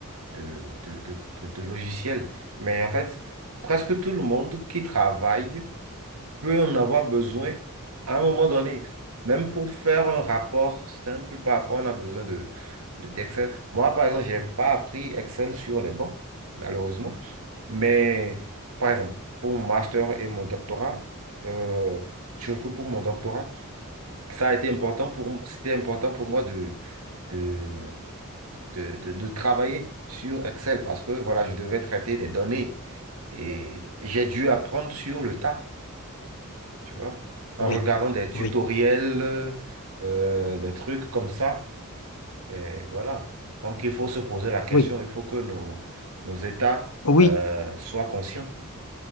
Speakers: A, on the right; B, on the left.
A: de, de, de, de- de logiciel. Mais en fait, presque tout le monde qui travaille peut en avoir besoin à un moment donné. Même pour faire un rapport simple, parfois on a besoin de, de- d'Excel. Moi, par exemple, je n'ai pas appris Excel sur les bancs, malheureusement. Mais, par exemple, pour mon master et mon doctorat, euh, surtout pour mon doctorat, ça a été important pour, m- c'était important pour moi de, de, de, de, de travailler sur Excel parce que, voilà, je devais traiter des données et j'ai dû apprendre sur le tas tu vois, en
B: Oui,
A: regardant des tutoriels,
B: oui,
A: euh, des trucs comme ça. Et voilà. Donc, il faut se poser la question,
B: oui,
A: il faut que nos, nos États
B: oui,
A: euh, soient conscients.